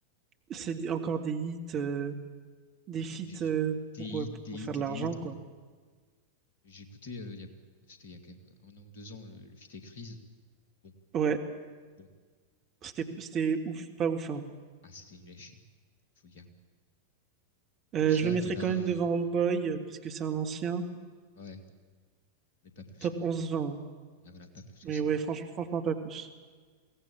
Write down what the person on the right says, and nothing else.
C'est des- encore des hits. euh, des
feats
euh,
pour, euh,
pour faire
de l'argent,
quoi.
Ouais.
C'était, c'était ouf, pas ouf, hein.
Euh,
je le mettrais
quand même devant
Oh Boy, euh, parce que c'est un ancien.
Top
11-20. hein.
Mais
ouais, franch- franchement, pas plus.